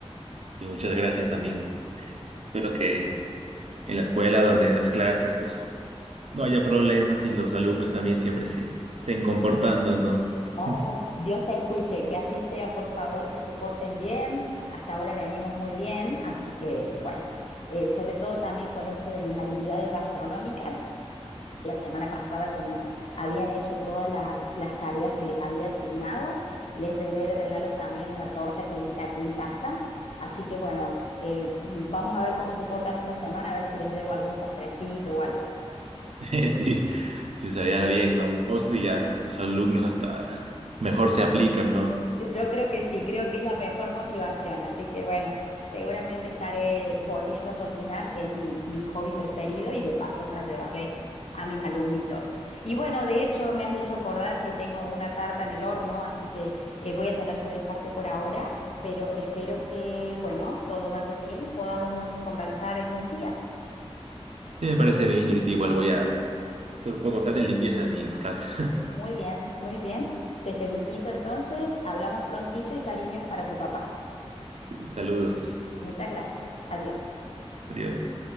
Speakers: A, on the right; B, on the left.
A: Y muchas gracias también. Espero que en la escuela donde das clases, pues no haya problemas y los alumnos también siempre se estén comportando, ¿no?
B: Oh,
A: <laughs>
B: Dios te escuche, que así sea, por favor, que se porten bien. Hasta ahora venimos muy bien, así que bueno, eh, sobre todo también con esto de mis habilidades gastronómicas, la semana pasada como habían hecho todas las, las tareas que les había asignado, les llevé de regalo también una torta que hice aquí en casa, así que bueno, eh, vamos a ver cómo se portan esta semana, a ver si les llevo algún postrecito o algo.
A: <laughs> Sí, sí estaría bien, ¿no? Un postre y ya los alumnos hasta mejor se aplican, ¿no?
B: Yo creo que sí, creo que es la mejor motivación, así que bueno, seguramente estaré volviendo a cocinar, que es mi, mi hobby preferido y de paso para llevarle a mis alumnitos. Y bueno, de hecho me has hecho acordar que tengo una tarta en el horno, así que eh, voy a tener que dejarte por ahora, pero espero que, bueno, todo vaya bien y podamos conversar en unos días.
A: Sí, me parece bien. Yo ahorita igual voy a hacer un poco acá de limpieza de mi casa.
B: Muy bien, muy bien. Te felicito entonces, hablamos prontito y cariños para tu papá.
A: <laughs> Saludos.
B: Muchas gracias. Adiós.
A: Adiós.